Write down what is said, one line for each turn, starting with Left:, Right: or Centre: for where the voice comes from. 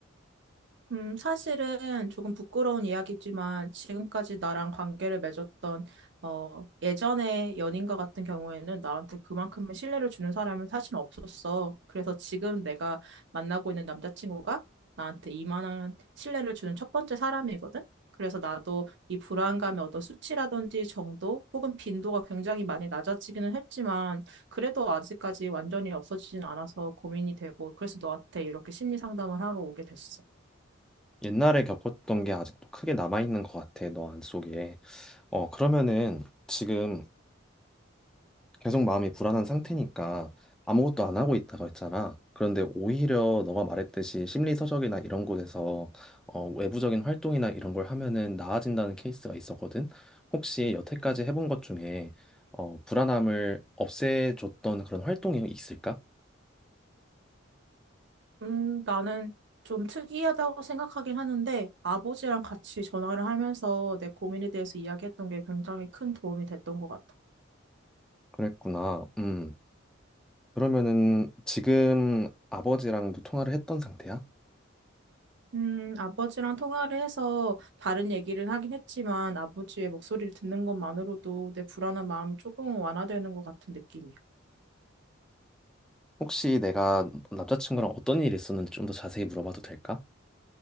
Right: 음, 사실은 조금 부끄러운 이야기지만 지금까지 나랑 관계를 맺었던 어, 예전의 연인과 같은 경우에는 나한테 그만큼의 신뢰를 주는 사람은 사실 없었어. 그래서 지금 내가 만나고 있는 남자친구가 나한테 이만한 신뢰를 주는 첫 번째 사람이거든. 그래서 나도 이 불안감의 어떤 수치라든지 정도 혹은 빈도가 굉장히 많이 낮아지기는 했지만 그래도 아직까지 완전히 없어지진 않아서 고민이 되고 그래서 너한테 이렇게 심리 상담을 하러 오게 됐어.
Centre: 옛날에 겪었던 게 아직도 크게 남아있는 것 같아, 너 안속에. 어, 그러면은 지금 계속 마음이 불안한 상태니까 아무것도 안 하고 있다가 했잖아 그런데 오히려 너가 말했듯이 심리서적이나 이런 곳에서 어, 외부적인 활동이나 이런 걸 하면은 나아진다는 케이스가 있었거든. 혹시 여태까지 해본 것 중에 어, 불안함을 없애줬던 그런 활동이 있을까?
Right: 음, 나는 좀 특이하다고 생각하긴 하는데 아버지랑 같이 전화를 하면서 내 고민에 대해서 이야기했던 게 굉장히 큰 도움이 됐던 것 같아.
Centre: 그랬구나. 음. 그러면은 지금 아버지랑도 통화를 했던 상태야?
Right: 음, 아버지랑 통화를 해서 다른 얘기를 하긴 했지만 아버지의 목소리를 듣는 것만으로도 내 불안한 마음이 조금은 완화되는 것 같은 느낌이야.
Centre: 혹시 내가 남자친구랑 어떤 일이 있었는지 좀 더 자세히 물어봐도 될까?